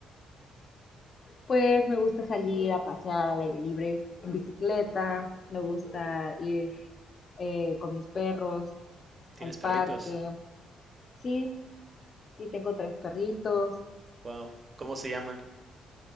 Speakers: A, on the left; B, on the right.
A: Pues me gusta salir a pasear al aire libre en bicicleta, me gusta ir eh, con mis perros
B: ¿Tienes
A: al parque.
B: perritos?
A: Sí, sí, tengo tres perritos.
B: Wow, ¿cómo se llaman?